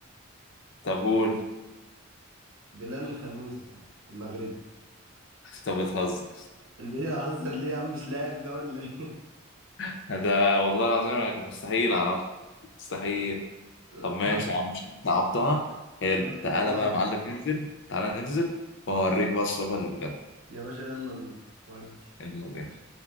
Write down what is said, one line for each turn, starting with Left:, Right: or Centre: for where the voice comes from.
Left: طب قول
Right: بلال الخنوسي صح المغربي
Left: طب بتهزر
Right: اللي هي هزر ليه يا عم مش لاعب ده ولا ايه
Left: <laughs> ده والله العظيم أنا كان مستحيل اعرفها مستحيل
Right: <laughs>
Left: طب ماشي
Right: طب،
Left: يا عم مش صعبتها حلو
Right: يا-
Left: تعالى
Right: اه
Left: بقى يا معلم ننزل تعالى ننزل واوريك بقى الصعوبة اللي بجد
Right: يا باشا يلا بينا ودي
Left: يلا بينا.